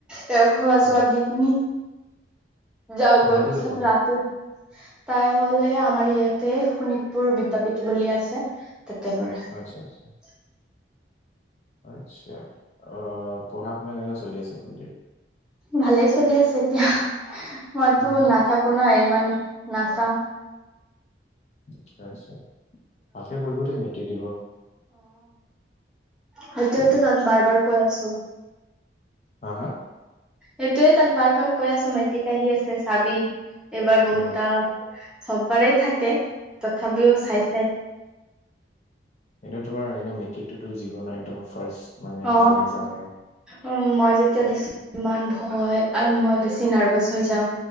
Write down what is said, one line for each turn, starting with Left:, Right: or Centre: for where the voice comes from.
Centre: ইয়াক খোৱা চোৱা
Left: অ
Centre: দি কিনি যাওগৈ
Left: ভণ্টি
Centre: পিছত
Left: ক'ত পঢ়ে
Centre: ৰাতি তাই হলে আমাৰ ইয়াতে শোণিতপুৰ বিদ্যাপীঠ বুলি আছে তাতে পঢ়ে।
Left: আচ্ছা আচ্ছা আচ্ছা। অ পঢ়া শুনা কেনেকা চলি আছে? ভণ্টিৰ
Centre: ভালে চলি আছে এতিয়া মইতো
Left: উম,
Centre: নাথাকো না ইমান নাচাও।
Left: আচ্ছা আচ্ছা, ভালকে পঢ়িব দে মেট্ৰিক দিব।
Centre: সেইটোৱেতো
Left: উম,
Centre: তাক বাৰ বাৰ কৈ আছো।
Left: হা হা
Centre: সেইটোয়ে তাক বাৰ বাৰ কৈ আছো মেট্ৰিক আহি আছে চাবি এইবাৰ বহুতটা
Left: অ
Centre: চব বাৰেই থাকে তথাপিও চাই চাই
Left: এনেও তোমাৰ এনে মেট্ৰিকটোতো জীৱনৰ একদম ফাৰ্ষ্ট মানে
Centre: অ
Left: টান এক্সাম আৰু।
Centre: উ মই জে যেতিয়া দিছো ইমান ভয় হয় আৰু মই বেছি নাৰ্ভাচ হৈ যাওঁ।